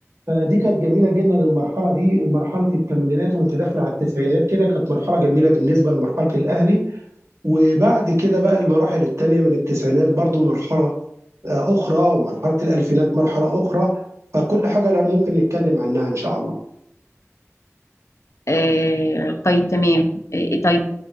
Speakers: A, on the right (about 65°); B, on the left (about 65°).
A: فدي كانت جميله جدا المرحله دي مرحله الثمانينات وانت داخله على التسعينات كده كانت مرحله جميله بالنسبه لمرحله الاهلي وبعد كده بقى المراحل الثانيه من التسعينات برضو مرحله آه، اخرى ومرحله الالفينات مرحله اخرى فكل حاجه لا ممكن نتكلم عنها ان شاء الله
B: آه طيب تمام آه طيب